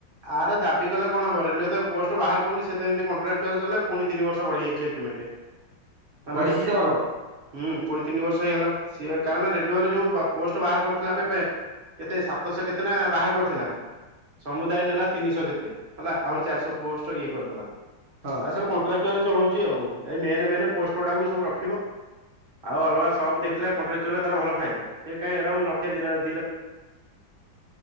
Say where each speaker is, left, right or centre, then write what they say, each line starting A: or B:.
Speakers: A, on the right (about 30°); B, on the right (about 50°).
A: ଆର ଦାବି କଲେ କଣ ହବ ରେଲୱେ ତ ପୋଷ୍ଟ ବାହାର କରୁନି ସେ ଯେମିତି କନଟ୍ରାଚୁଆଲ ଚାଲେ ପୁଣି ତିନ ବର୍ଷ ବଢିଯାଇଛି ଏଗ୍ରିମେଣ୍ଟ। ହେଲା
B: ବଢ଼ିଛି ତମର?
A: ହୁଁ ପୁଣି ତିନି ବର୍ଷ ହେଇଗଲା ସିଏ କାରଣ ରେଲୱେରେ ଯୋଉ ପୋଷ୍ଟ ବାହାର କରିଥିଲା ଏବେ ବେ କେତେ ସାତଶହ କେତେ ନା ବାହାର କରିଥିଲା ସମୁଦାୟ ନେଲା ତିନିଶହ କେତେ ହେଲା ଆହୁରି ଚାରିଶହ ପୋଷ୍ଟ ଇଏ କରିଦେଲା।
B: ହଁ
A: ଆଉ ସବୁ କଣ୍ଟ୍ରାକଚୁଆଲ ଚଲଉଛି ଆଉ, ଏଇ ମେନ ମେନ ପୋଷ୍ଟ ଗୁଡାକୁ ସବୁ ରଖିବ। ଆଉ ଅଲଗା ସବୁ ଦେଖିଲା କଣ୍ଟ୍ରାଚୁଆଲରେ ତାର ଭଲ ଫାଇଦା ସେ କାହିଁ ଏରା ଲକ୍ଷେ ଦି ଲ